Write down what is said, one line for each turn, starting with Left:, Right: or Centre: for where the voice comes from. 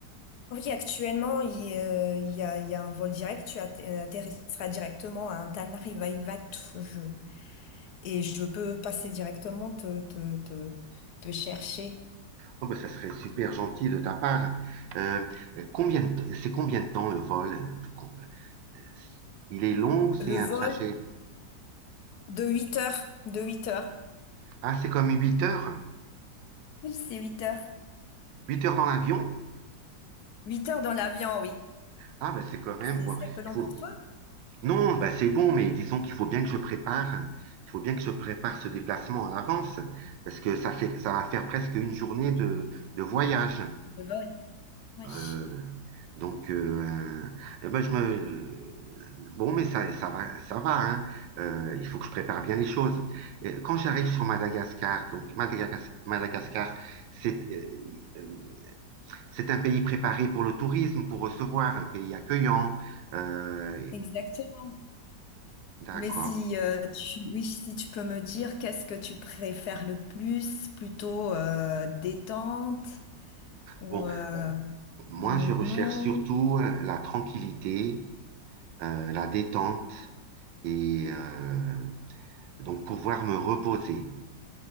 Left: Oui, actuellement, il, euh, il y a, il y a un vol direct. Tu atte- euh, atterrisseras directement à Antananarivoto. Je, et je peux passer directement te, te, te, te chercher.
Right: Oh, ben, ça serait super gentil de ta part. Euh, euh, combien de t- c'est combien de temps le vol? euh, euh, euh, Il est long ou c'est
Left: Le
Right: un
Left: vol
Right: trajet?
Left: de 8 heures. De 8 heures.
Right: Ah, c'est comme 8 heures?
Left: Oui, c'est 8 heures.
Right: 8 heures dans l'avion?
Left: 8 heures dans l'avion, oui.
Right: Ah, ben c'est quand même...
Left: C'est,
Right: bon,
Left: c'est un peu long
Right: il faut...
Left: pour toi,
Right: Non, ben, c'est bon, mais disons qu'il faut bien que je prépare. Il faut bien que je prépare ce déplacement à l'avance parce que ça fait, ça va faire presque une journée de, de voyage.
Left: le vol. Oui,
Right: Euh, donc, euh, euh, eh ben, je me... euh, Bon, mais ça, ça va, ça va, hein. Euh, il faut que je prépare bien les choses. Et quand j'arrive sur Madagascar, donc Madagas- Madagascar, c'est euh, euh, c'est un pays préparé pour le tourisme, pour recevoir, un pays accueillant. Euh,
Left: exactement.
Right: d'accord.
Left: Mais si, euh, tu, oui, si tu peux me dire qu'est-ce que tu préfères le plus, plutôt euh, détente ou...
Right: Bon,
Left: euh,
Right: moi,
Left: les monuments
Right: je recherche surtout euh, la tranquillité, euh, la détente et euh, donc pouvoir me reposer.